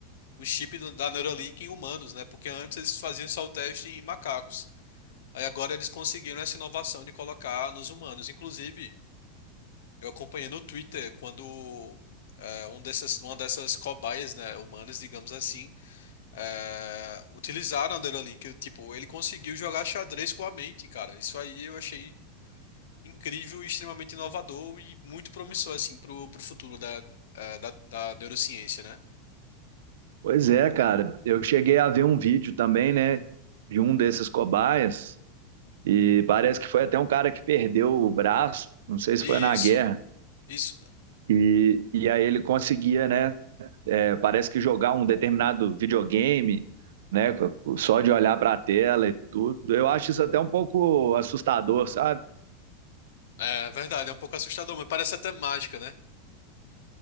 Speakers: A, on the left; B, on the right.
A: o chip do- da Neuralink em humanos, né? Porque antes eles faziam só o teste em macacos. Aí agora eles conseguiram essa inovação de colocar nos humanos. Inclusive. Eu acompanhei no Twitter quando é, um dessas, uma dessas cobaias, né, humanas, digamos assim, é, utilizaram a Neuralink. Tipo, ele conseguiu jogar xadrez com a mente, cara. Isso aí eu achei incrível e extremamente inovador e muito promissor, assim, pro, pro futuro da, é, da, da neurociência, né?
B: Pois é, cara. Eu cheguei a ver um vídeo também, né, de um desses cobaias e parece que foi até um cara que perdeu o braço, não sei se
A: Isso,
B: foi na guerra.
A: isso.
B: E, e aí ele conseguia, né? É, parece que jogar um determinado videogame, né, só de olhar para a tela e tudo, eu acho isso até um pouco assustador, sabe?
A: É verdade, é um pouco assustador, mas parece até mágica, né?